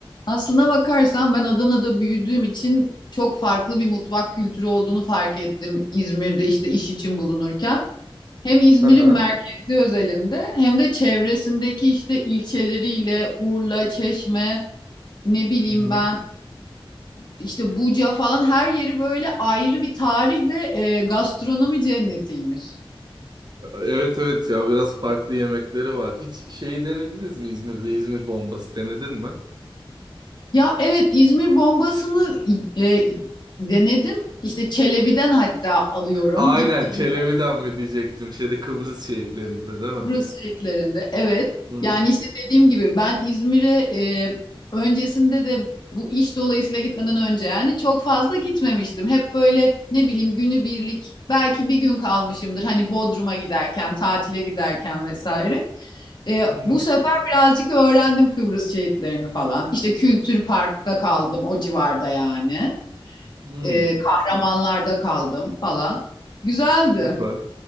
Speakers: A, on the left; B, on the right.
A: Aslına bakarsan ben Adana'da büyüdüğüm için çok farklı bir mutfak kültürü olduğunu fark ettim İzmir'de işte iş için bulunurken. Hem İzmir'in
B: Aha.
A: merkezi özelinde hem de çevresindeki işte ilçeleriyle Urla, Çeşme, ne bileyim
B: Hı hı.
A: ben işte Buca falan her yeri böyle ayrı bir tarih ve e, gastronomi cennetiymiş.
B: Evet evet ya biraz farklı yemekleri var. Hiç şeyi denediniz mi İzmir'de? İzmir bombası denedin mi?
A: Ya evet İzmir bombasını e, denedim. İşte Çelebi'den hatta alıyorum.
B: Aynen
A: Gittiğim
B: Çelebi'den mi diyecektim. Şeyde Kıbrıs şehitlerinde değil mi?
A: Kıbrıs şehitlerinde. Evet.
B: Hı hı.
A: Yani işte dediğim gibi ben İzmir'e e, öncesinde de bu iş dolayısıyla gitmeden önce yani çok fazla gitmemiştim. Hep böyle ne bileyim günübirlik belki bir gün kalmışımdır. Hani Bodrum'a giderken, tatile giderken vesaire. E,
B: Hı hı.
A: bu sefer birazcık öğrendim Kıbrıs şehitlerini falan. İşte Kültür Park'ta kaldım o civarda yani.
B: Hmm.
A: E, Kahramanlar'da kaldım falan. Güzeldi.
B: Süper.